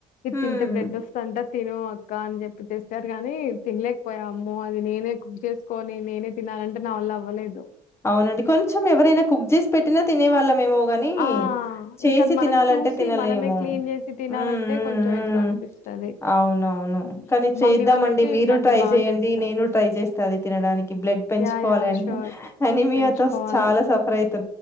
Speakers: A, on the left; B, on the left.
A: ఇద్
B: హ్మ్
A: తింటే బ్లడ్ ఒస్తంట తిను అక్క అని చెప్పి తెస్తారు కాని తిన్ లేకపోయా అమ్మో అది నేనే కుక్ చేసుకోని నేనే తినాలంటే నా వల్ల అవ్ వ్వలేదు
B: అవునండి కొంచెం ఎవరైనా కుక్ చేసి పెట్టిన తినే వాళ్ళమేమో వనీ
A: ఆ!
B: చేసి
A: ఇంకది మనం
B: తినాలంటే
A: చూసి,
B: తినలేము.
A: మనమే క్లీన్ జేసి తినాలంటే
B: ఉమ్ ఉమ్
A: కొంచెం
B: ఉమ్
A: ఎట్లో అనిపిస్తది.
B: అవునవును
A: హ్మ్.
B: కానీ చేద్దామండి
A: మమ్మీ వాళ్ళైతే
B: మీరు
A: ఇట్లాంటివి
B: ట్రై
A: బా
B: చేయండి
A: జేస్తారు.
B: నేను ట్రై చేస్తా అది తినడానికి బ్లడ్ పెంచుకోవాలి
A: యాహ్! యాహ్! ష్యూర్
B: అని అనిమీయాతో
A: పెంచుకోవాలి.
B: స్ చాలా సఫర్ అయితర్